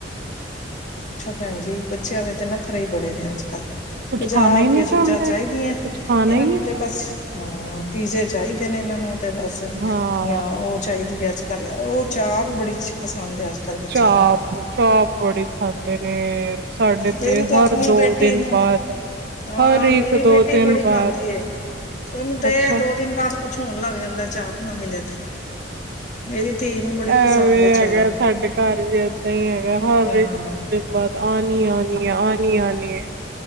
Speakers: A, on the left; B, on the right.
A: ਭੈਣਜੀ ਬੱਚਿਆਂ ਦੇ ਤੇ ਨੱਖਰੇ ਹੀ ਬੜੇ ਨੇ ਅੱਜ ਕੱਲ੍ਹ
B: ਕੁਛ
A: ਬਾਜ਼ਾਰ
B: ਖਾਣਾ ਹੀ
A: ਦੀਆਂ
B: ਨਹੀਂ
A: ਚੀਜ਼ਾਂ
B: ਚਾਹੁੰਦੇ
A: ਚਾਈਦੀਆਂ
B: ਕੁਛ ਖਾਣਾ
A: ਇਹਨਾਂ
B: ਹੀ ਨਹੀਂ
A: ਨੂੰ
B: ਚਾਹੁੰਦੇ
A: ਤੇ ਬਸ ਹਾਂ ਪੀਜ਼ੇ ਚਾਹੀਦੇ ਨੇ ਇਹਨਾਂ ਨੂੰ ਤੇ ਬਸ,
B: ਹਾਂ
A: ਜਾਂ ਉਹ ਚਾਹੀਦੀ ਅੱਜ ਕੱਲ ਉਹ ਚਾਪ ਬੜੀ ਪਸੰਦ ਆ ਅੱਜ ਕੱਲ੍ਹ ਬੱਚਿਆਂ
B: ਚਾਪ
A: ਨੂੰ
B: ਚਾਪ ਬੜੀ ਖਾਂਦੇ ਨੇ ਸਾਡੇ
A: ਮੇਰੀ ਤੇ
B: ਹਰ
A: ਆਪਣੀ
B: ਦੋ
A: ਬੇਟੀ
B: ਦਿਨ
A: ਨੂੰ,
B: ਬਾਅਦ
A: ਹਾਂ
B: ਹਰ ਇੱਕ
A: ਮੇਰੀ
B: ਦੋ
A: ਬੇਟੀ
B: ਦਿਨ
A: ਬੜੀ
B: ਬਾਅਦ
A: ਖਾਂਦੀ ਏ, ਉਹਨੂੰ ਤੇ
B: ਅੱਛਾ
A: ਦੋ ਦਿਨ ਬਾਅਦ ਕੁਛ ਹੋਨ ਲੱਗ ਜਾਂਦਾ ਚਾਪ ਨਾ ਮਿਲੇ ਤੇ ਮੇਰੀ ਧੀ ਨੂੰ ਬੜੀ
B: ਐਵੇਂ
A: ਪਸੰਦ ਹੈ
B: ਹੈਗਾ
A: ਚਾਪ
B: ਸਾਡੇ ਘਰ ਵੀ ਏਦਾਂ ਈਂ ਹੈਗਾ ਹਰ
A: ਹਾਂ
B: ਇੱਕ ਦੂਜੇ ਦਿਨ ਬਾਅਦ ਆ ਆਨੀ ਆਂ, ਆਨੀ ਆਂ, ਆਨੀ ਆਂ, ਆਨੀਅ।